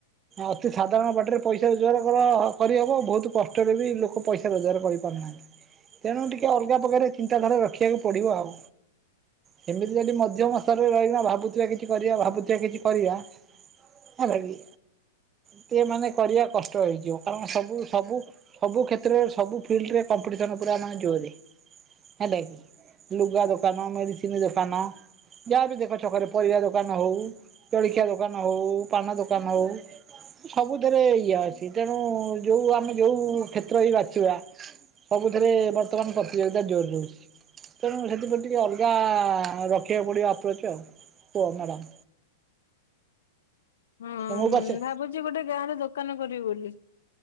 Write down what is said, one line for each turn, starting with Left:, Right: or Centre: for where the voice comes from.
Right: ଅତି ସାଧାରଣ ବାଟିରେ ପଇସା ରୋଜଗାର କର କରିହେବ ବହୁତ କଷ୍ଟରେ ବି ଲୋକ ପଇସା ରୋଜଗାର କରିପାରୁନାହାଁନ୍ତି। ତେଣୁ ଟିକେ ଅଲଗା ପ୍ରକାରରେ ଚିନ୍ତାଧାରା ରଖିବାକୁ ପଡ଼ିବ ଆଉ। ସେମିତି ଯଦି ମଧ୍ୟମ ସ୍ତରରେ ରହିକିନା ଭାବୁଥିବା କିଛି କରିବା ଭାବୁଥିବା କିଛି କରିବା ହେଲା କି ସିଏ ମାନେ କରିବା କଷ୍ଟ ହେଇଯିବ କାରଣ ସବୁ ସବୁ ସବୁ କ୍ଷେତ୍ରରେ ସବୁ ଫିଲ୍ଡରେ କମ୍ପିଟିସନ୍ ପୁରା ମାନେ ଜୋରେ ହେଲା କିି। ଲୁଗା ଦୋକାନ, ମେଡିସିନୀ ଦୋକାନ ଯାହା ବି ଦେଖ ଛକରେ ପରିବା ଦୋକାନ ହଉ, ଜଳଖିଆ ଦୋକାନ ହଉ, ପାନ ଦୋକାନ ହଉ, ସବୁଥିରେ ଇଏ ଅଛି ତେଣୁ ଯୋଉ ଆମେ ଯୋଉ କ୍ଷେତ୍ର ହି ବାଛିବା ସବୁ ଥିରେ ବର୍ତ୍ତମାନ ପ୍ରତିଯୋଗିତା ଜୋର ରହୁଛି। ତେଣୁ ସେଥିପ୍ରତି ଟିକେ ଅଲଗା ରଖିବାକୁ ପଡ଼ିବ ଆପ୍ରୋଚ୍ ଆଉ। କୁହ ମ୍ୟାଡ଼ାମ୍।
Left: ହଁ
Right: ମୁଁ ପଛେ
Left: ଭାବୁଛି ଗୋଟେ ଗାଁରେ ଦୋକାନ କରିବି ବୋଲି।